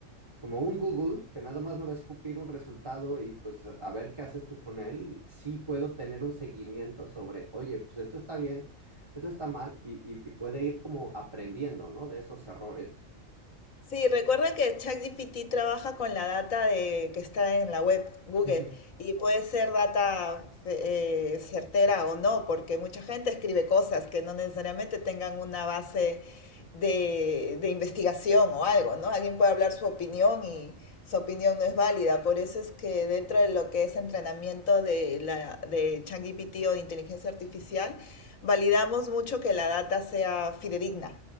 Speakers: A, on the right; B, on the left.
A: como un Google, que nada más me va a escupir un resultado y pues a, a ver qué haces tú con él, sí puedo tener un seguimiento sobre, oye, pues esto está bien, esto está mal y, y, y puede ir como aprendiendo, ¿no? De esos errores.
B: Sí, recuerda que ChatGPT trabaja con la data de, que está en la web Google
A: Uh -huh.
B: y puede ser data fe- eh, certera o no, porque mucha gente escribe cosas que no necesariamente tengan una base de, de investigación o algo, ¿no? Alguien puede hablar su opinión y su opinión no es válida. Por eso es que dentro de lo que es entrenamiento de, la, de ChatGPT o de inteligencia artificial, validamos mucho que la data sea fidedigna